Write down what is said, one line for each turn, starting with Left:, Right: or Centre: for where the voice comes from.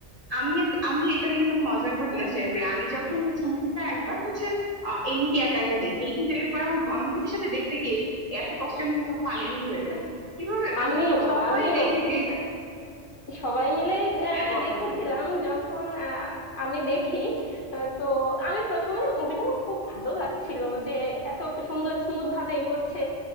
Right: আমি এক- আমি এটা নিয়ে একটা মজার ঘটনা শেয়ার করি আমি যখন হচ্ছে মুভিটা একবার হচ্ছে আহ, এমনিতে একা একা দেখি কিন্তু এরপর আমার বান্ধবীদের সাথে দেখতে গিয়ে এত কষ্টের মুভিটা ফানি মুভি হয়ে গেল কিভাবে
Left: আমিও
Right: মানে সবাই
Left: আমিও
Right: দেখি যে এটা
Left: সবাই মিলেই আহ,
Right: হ্যাঁ বলেন
Left: দেখেছিলাম
Right: আপু
Left: যখন আহ, আমি দেখি আহ, তো আমি প্রথমে মুভিটা আমার খুব ভালো লাগছিল যে এত সুন্দর স্মুথ ভাবে এগোচ্ছে